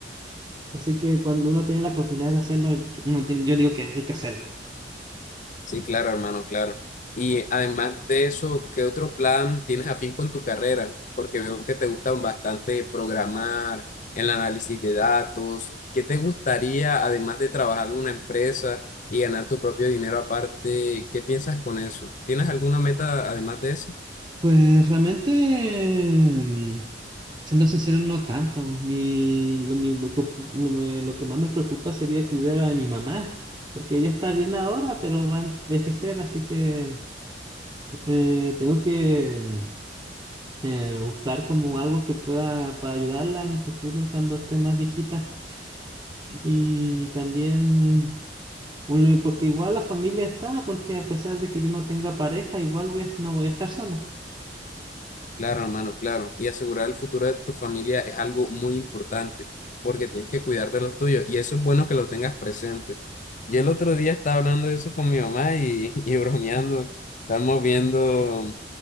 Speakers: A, on the right; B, on the left.
A: Así que cuando uno tiene la oportunidad de hacerlo, yo, uno tiene- yo digo que hay que hacerlo.
B: Sí, claro, hermano, claro. Y además de eso, ¿qué otro plan tienes afín con tu carrera? Porque veo que te gustan bastante programar, el análisis de datos. ¿Qué te gustaría, además de trabajar en una empresa y ganar tu propio dinero aparte? ¿Qué piensas con eso? ¿Tienes alguna meta además de eso?
A: Pues realmente, mm, siendo sincero, no tanto. Mi, lo, mi- me ocup- lo me- lo que más me preocupa sería cuidar a mi mamá, porque ella está bien ahora, pero va a envejecer, así que eh, tengo que mm, eh, buscar como algo que pueda para ayudarla en el futuro cuando esté más viejita. Y también... un Porque igual la familia está, porque a pesar de que yo no tenga pareja, igual voy a- no voy a estar solo.
B: Claro, hermano, claro. Y asegurar el futuro de tu familia es algo muy importante porque tienes que cuidar de los tuyos y eso es bueno que lo tengas presente. Yo el otro día estaba hablando de eso con mi mamá y, <laughs> y bromeando. Estábamos viendo